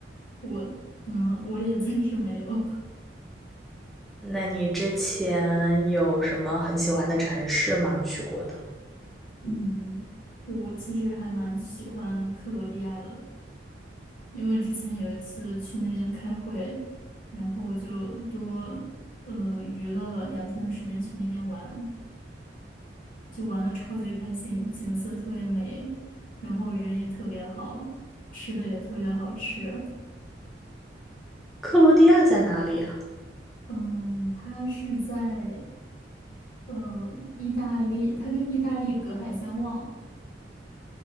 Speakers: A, on the left; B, in the centre.
A: 我嗯，我也暂时没有。<laughs>
B: 那你之前有什么很喜欢的城市吗？去过的？
A: 嗯，我其实还蛮喜欢克罗地亚的，因为之前有一次去那边开会，然后我就多呃余了两天的时间去那边玩，就玩的超级开心，景色特别美，然后人也特别好，吃的也特别好吃。
B: 克罗地亚在哪里啊？
A: 嗯，它是在嗯意大利，它跟意大利隔海相望，